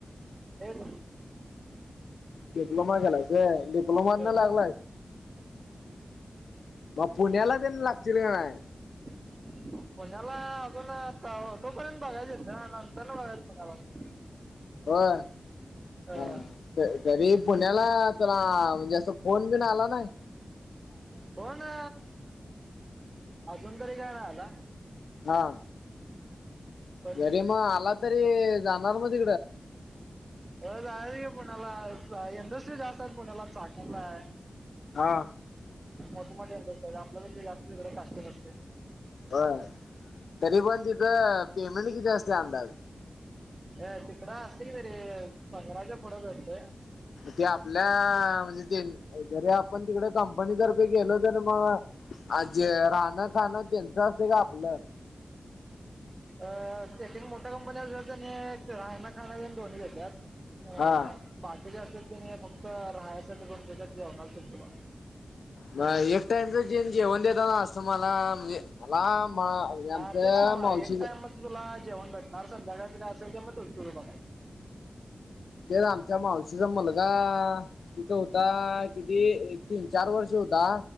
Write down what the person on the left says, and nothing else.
डिप्लोमा केलायच डिप्लोमा
न लागलायच मग पुण्याला देणे लागतील का नाही
व्हय
हं. तरी पुण्याला तुला म्हणजे असं फोन बिन आला नाइ.
हा.
जरी
म आला तरी जाणार मध्ये
हा.
व्हय तरी पण तिथं पेमेंट किती असते अंदाज
ते आपल्या म्हणजे तेन जरी आपण तिकड कंपनीतर्फे गेलो तर म आणि जे राहणं खाणं तेच असतय का आपलं?
हा
नाइ एक टाइमच जेन जेवण देताना असं मला म्हणजे लांब मा याचं
माऊशीच
तेच आमच्या मावशीचा मुलगा तिथं हुता किती एक तीन चार वर्ष हुता.